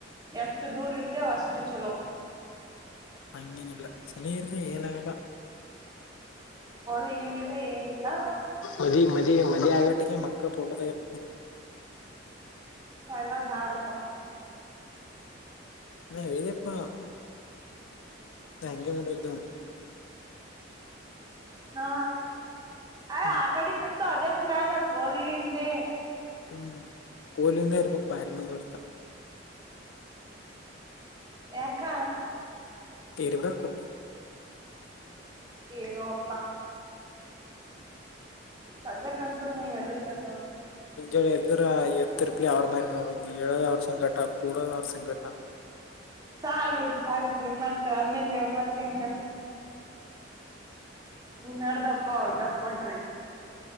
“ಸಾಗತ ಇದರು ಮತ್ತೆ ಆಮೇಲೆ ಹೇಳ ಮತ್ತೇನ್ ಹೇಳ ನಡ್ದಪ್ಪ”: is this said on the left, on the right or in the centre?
Right